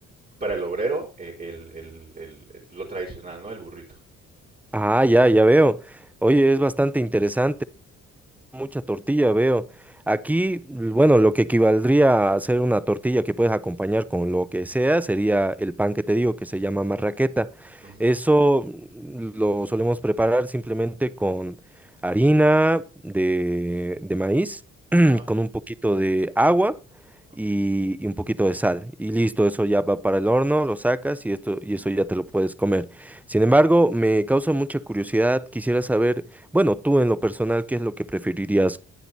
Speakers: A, on the right; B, in the centre.
A: para el obrero, eh, el, el- el- el- lo tradicional, ¿no? El burrito.
B: Ah, ya, ya veo. Oye, es bastante interesante. Mucha tortilla, veo. Aquí, bueno, lo que equivaldría a hacer una tortilla que puedes acompañar con lo que sea sería el pan que te digo, que se llama marraqueta.
A: Ujú.
B: Eso mm, lo solemos preparar simplemente con harina de, de maíz
A: Ajá.
B: con un poquito de agua
A: Ok.
B: y, y un poquito de sal. Y listo, eso ya va para el horno, lo sacas y esto, y eso ya te lo puedes comer. Sin embargo, me causa mucha curiosidad. Quisiera saber, bueno, tú en lo personal, ¿qué es lo que preferirías